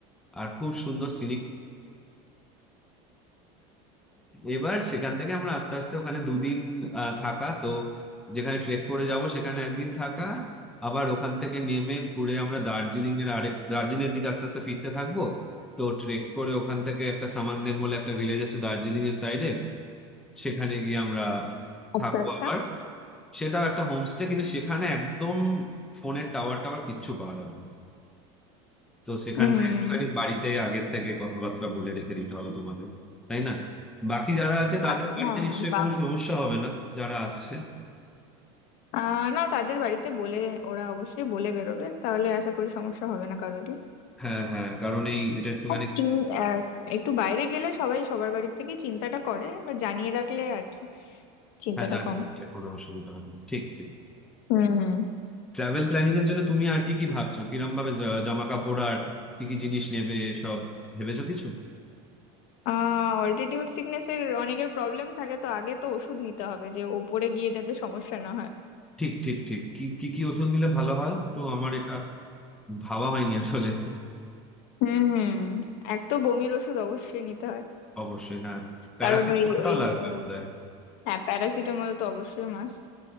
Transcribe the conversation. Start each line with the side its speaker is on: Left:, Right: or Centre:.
Centre: আর খুব সুন্দর সিনিক এবার সেখান থেকে আমরা আস্তে আস্তে ওখানে দুদিন আহ, থাকা তো যেখানে ট্রেক করে যাব সেখানে একদিন থাকা আবার ওখান থেকে নেমে ঘুরে আমরা দার্জিলিং এর আরেক দার্জিলিং এর দিকে আস্তে আস্তে ফিরতে থাকবো তো ট্রেক করে ওখান থেকে একটা সামানদেন বলে একটা ভিলেজ আছে দার্জিলিং এর সাইডে সেখানে গিয়ে আমরা
Left: আচ্ছা
Centre: থাকবো
Left: আচ্ছা
Centre: আবার সেটাও একটা হোমস্টে কিন্তু সেখানে একদম ফোনের টাওয়ার টাওয়ার কিচ্ছু পাওয়া যাবে না তো সেখানটা
Left: হুম
Centre: একটুখানি বাড়িতে আগের থেকে কথাবার্তা বলে রেখে দিতে হবে তোমাদের তাই না বাকি যারা আছে তাদের
Left: আচ্ছা
Centre: বাড়িতে
Left: হ্যাঁ হ্যাঁ
Centre: নিশ্চয়ই
Left: বাহ
Centre: কোনো সমস্যা হবে না যারা আসছে
Left: আহ, না তাদের বাড়িতে বলে ওরা অবশ্যই বলে বেরোবে তাহলে আশা করি সমস্যা হবে না কারোরই
Centre: হ্যাঁ হ্যাঁ কারণ এই এটা একটুখানি
Left: আর চিন- আহ, একটু বাইরে গেলে সবাই সবার বাড়ির থেকে চিন্তাটা করে বা জানিয়ে রাখলে আর কি চিন্তাটা
Centre: হ্যাঁ জানিয়ে
Left: কম
Centre: রাখলে কোনো অসুবিধা হবে না ঠিক ঠিক
Left: হুম
Centre: ট্রাভেল প্ল্যানিং এর জন্য তুমি আর কি কি ভাবছো কিরম ভাবে জা- জামা কাপড় আর কি কি জিনিস নেবে সব ভেবেছো কিছু
Left: আহ অল্টিটিউড সিকনেস এর অনেকের প্রবলেম থাকে তো আগে তো ওষুধ নিতে হবে যে ওপরে গিয়ে যাতে সমস্যা না হয়
Centre: ঠিক ঠিক ঠিক কি কি কি ওষুধ নিলে ভালো হয় তো আমার এটা ভাবা হয়নি আসলে
Left: হুম এক তো বমির ওষুধ অবশ্যই নিতে হয়
Centre: অবশ্যই হ্যাঁ প্যারাসিটামলটাও
Left: কারণ ওই ওই
Centre: লাগবে
Left: আহ,
Centre: বোধহয়
Left: হ্যাঁ প্যারাসিটামল তো অবশ্যই মাস্ট